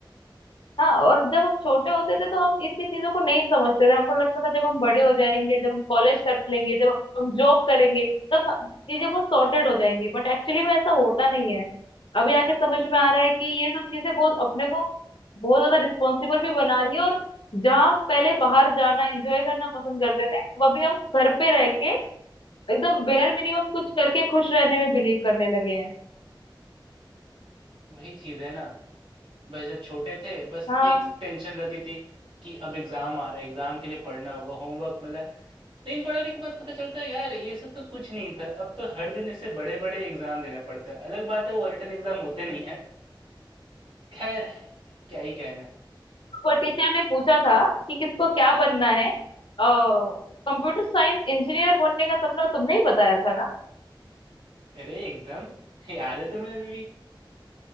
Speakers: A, on the left; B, on the right.
A: हाँ और जब हम छोटे होते थे तो हम इतनी चीजों को नहीं समझते थे हमको लगता था जब हम बड़े हो जाएंगे जब हम कॉलेज कर लेंगे जब हम जॉब करेंगे तब हम- चीजें बहुत सॉर्टेड हो जाएंगी बट एक्चुअली में ऐसा होता नहीं है अभी आके समझ में आ रहा है कि ये सब चीजें बहुत अपने को बहुत ज्यादा रिस्पॉन्सिबल भी बना रही है और जहाँ हम पहले बाहर जाना एंजॉय करना पसंद करते थे अब अभी हम घर पे रह के एकदम बेयर मिनिमम कुछ करके खुश रहने में बिलीव करने लगे हैं
B: वही चीज है ना बस जब छोटे थे बस
A: हाँ।
B: एक टेंशन रहती थी कि अब एग्जाम आ रहा है एग्जाम के लिए पढ़ना होगा होमवर्क मिला है लेकिन पढ़ाने के बाद पता चलता है यार ये सब तो कुछ नहीं था अब तो हर दिन इससे बड़े बड़े एग्जाम देना पड़ता है अलग बात है वो रिटन एग्जाम होते नहीं है खैर क्या ही कहने
A: वो टीचर ने पूछा था कि किसको क्या बनना है कंप्यूटर साइंस इंजीनियर बनने का सपना तुमने ही बताया था ना
B: अरे एकदम याद है तुम्हें अभी भी